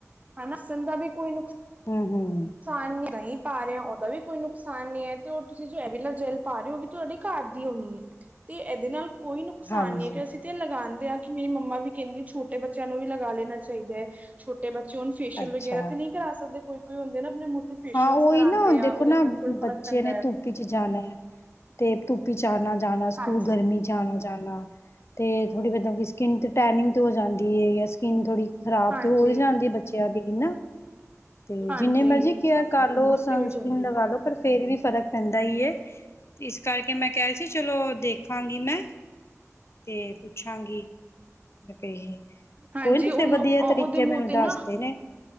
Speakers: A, on the right; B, on the left.
A: ਹਨਾ ਸਨ ਦਾ ਵੀ ਕੋਈ ਨੁਕਸ
B: ਹੁੰ ਹੁੰ
A: ਨੁਕਸਾਨ ਨ ਦਹੀਂ ਪਾ ਰੇ ਓ ਓਦਾ ਵੀ ਕੋਈ ਨੁਕਸਾਨ ਨਈ ਐ ਤੇ ਓ ਤੁਸੀ ਜੋ ਐਵੀਲੋ ਜੈਲ ਪਾ ਰੇ ਓ ਓਵੀ ਤੁਆਡੀ ਘਰ ਦੀ ਹੋਣੀ ਏ ਤੇ ਏਦੇ ਨਾਲ ਕੋਈ ਨੁਕਸਾਨ
B: ਹਾਂਜੀ।
A: ਨੀ ਕਿ ਅਸੀ ਤੇ ਲਗਾਂਦੇ ਆ ਕਿ ਮੇਰੀ ਮੰਮਾ ਵੀ ਕੈਂਦੀ ਛੋਟੇ ਬੱਚਿਆਂ ਨੂੰ ਵੀ ਲਗਾ ਲੇਨਾ ਚਾਈਦੈ। ਛੋਟੇ ਬੱਚੇ ਹੋਨ ਫੇਸ਼ੀਅਲ
B: ਅੱਛਾ
A: ਵਗੈਰਾ ਤੇ ਨਈ ਕਰਾ ਸਕਦੇ ਕੋਈ, ਕੋਈ ਹੁੰਦੇ ਨਾ ਆਪਨੇ ਮੂੰ ਤੇ ਫੇਸ਼ੀਅਲ
B: ਹਾਂ ਓਈ
A: ਕਰਾਉਂਦੇ
B: ਨਾ
A: ਆ
B: ਦੇਖੋ
A: ਉਹਦੇ
B: ਨਾ
A: ਨਾਲ ਵੀ ਥੋੜਾ
B: ਬੱਚੇ
A: ਫ਼ਰਕ ਪੈਂਦਾ
B: ਨੇ
A: ਹੈ
B: ਧੁੱਪ ਇਚ ਜਾਨਾ ਤੇ ਧੁੱਪ ਇਚ ਆਨਾ ਜਾਨਾ ਸਕੂਲ
A: ਹਾਂਜੀ
B: ਗਰਮੀ ਚ ਆਨਾ ਜਾਨਾ ਤੇ ਥੋੜ੍ਹੀ ਮਤਲਬ ਕਿ ਸਕਿਨ ਤੇ ਟੈਨਿੰਗ ਹੋ ਜਾਂਦੀ ਏ ਜਾਂ ਸਕਿਨ ਥੋੜ੍ਹੀ ਖ਼ਰਾਬ
A: ਹਾਂਜੀ
B: ਤੇ ਹੋ ਈ ਜਾਂਦੀ ਏ ਬੱਚਿਆਂ ਦੀ ਵੀ ਨਾ ਤੇ
A: ਹਾਂਜੀ
B: ਜਿੰਨੇ ਮਰਜ਼ੀ ਕੇਅਰ ਕਰ ਲੋ,
A: ਉਹ
B: ਸਨਸਕ੍ਰੀਨ
A: ਤੇ ਹੋ ਜਾਂਦੀ
B: ਲਗਾ
A: ਹੈ
B: ਲੋ ਪਰ ਫੇਰ ਵੀ ਫ਼ਰਕ ਪੈਂਦਾ ਈ ਏ। ਇਸ ਕਰਕੇ ਮੈਂ ਕੇਆ ਸੀ ਚਲੋ ਦੇਖਾਂਗੀ ਮੈਂ। ਤੇ ਪੁੱਛਾਂਗੀ। ਤੇ
A: ਹਾਂਜੀ
B: ਕੋਈ ਨੀ ਤੁਸੀ
A: ਉਹਨੂੰ
B: ਵਧੀਆ ਤਰੀਕੇ
A: ਉਹਦੇ
B: ਮੈਨੂੰ
A: ਮੂੰਹ ਤੇ
B: ਦੱਸਤੇ
A: ਨਾ
B: ਨੇ।